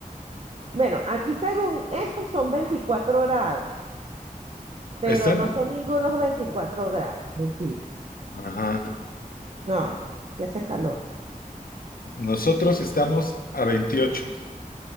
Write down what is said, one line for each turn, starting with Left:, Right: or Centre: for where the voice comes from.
Right: Bueno, aquí según estos son veinticuatro grados, pero
Left: están,
Right: no son ningunos 24 grados, mentira.
Left: ajá,
Right: No, ya hace calor.
Left: nosotros estamos a 28.